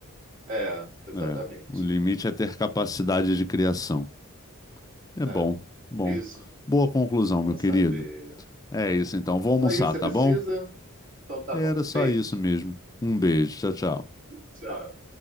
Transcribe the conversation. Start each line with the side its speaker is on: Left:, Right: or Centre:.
Right: É, exatamente.
Left: É, o limite é ter capacidade de criação. É
Right: É,
Left: bom, bom.
Right: é isso.
Left: Boa conclusão,
Right: Bom
Left: meu querido.
Right: saber.
Left: É isso então, vou
Right: Só
Left: almoçar,
Right: isso você
Left: tá
Right: precisa?
Left: bom?
Right: Então tá
Left: Era
Right: bom.
Left: só
Right: Beijo.
Left: isso mesmo. Um beijo. Tchau, tchau.
Right: Tchau.